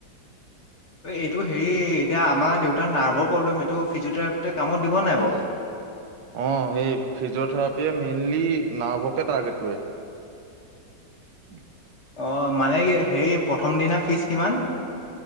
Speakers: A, on the left (about 45°); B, on the right (about 75°).
A: এই এইটো হেৰি এতিয়া আমাৰ দেউতাৰ নাৰ্ভৰ প্ৰব্লেম এইটো ফিজিঅ'থেৰাপিতে কামত দিব নাই বাওঁ
B: অ সেই ফিজিঅ থেৰাপিয়ে মেইন মেনলি না্ভকে ৰ্টাগেট কৰে। <unintelligible>
A: অ মানে সি সেই প্ৰথম দিনা ফিজ কিমান?